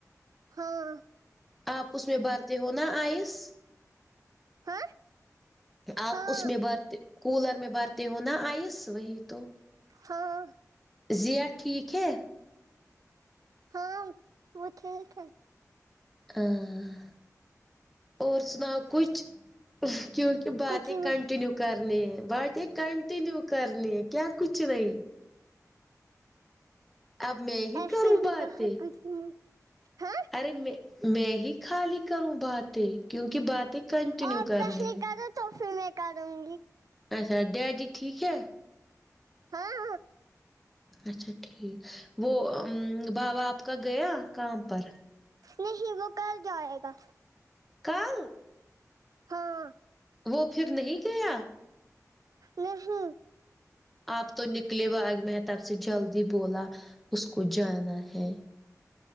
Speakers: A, on the right; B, in the centre.
A: ہاں
B: آپ اس میں بھرتے ہو نا آئس
A: ہاں
B: آپ
A: ہاں
B: اس میں بر کولر میں برتے ہو نا آئس وہی تو
A: ہاں
B: زیئہ ٹھیک ہے
A: ہاں وہ کھیل تھ
B: ہاں اور سناؤ کچھ کیونکہ کہ باتیں
A: کچھ نہیں
B: کنٹینیو کرنی ہے باتیں کنٹینیو کرنی ہے کیا کچھ نہیں اب میں
A: ایسے
B: کروں
A: ہی
B: باتیں
A: کہا کچھ نہیں ہاں
B: ارے میں میں ہی خالی کروں باتیں کیونکہ باتیں کنٹینیو
A: آپ
B: کرنی
A: پہلے
B: ہے
A: کرو تو فھر میںے کروں گی
B: اچھا ڈیڈی ٹھیک ہے
A: ہاں ہ
B: اچھا ٹھیک وہ بابا آپ کا گیا کام پر
A: نہیں وہ کل جائے گا
B: کل
A: ہاں
B: وہ پھر نہیں گیا
A: نہیں
B: آپ تو نکلے باگ محتاب سے جلدی بولا اس کو جانا ہے